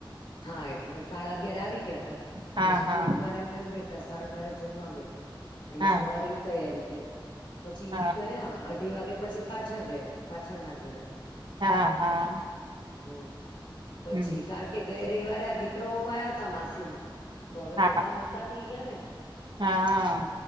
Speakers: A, on the left; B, on the right.
A: હા એટલે સાડા અગિયારે આવી ગયા તા
B: હા
A: પછી
B: હા
A: થોડીક વાર એમનેમ બેઠા. સાડા બારે જમવા બેઠા એટલે
B: હા
A: સવારે ઈ તૈયારી થઈ પછી
B: હા
A: ઈ ગયા. <unintelligible> અઢી વાગે પછી પાછળ ગયા પાછળના ઘરે.
B: હા હા
A: હમ પછી
B: હમ
A: કારણ કે ગયા રવિવારે આ દીકરા-વહું આયા હતા માસીના. તો હવે
B: હા
A: બધા મોટા થઈ ગયા ને!
B: હા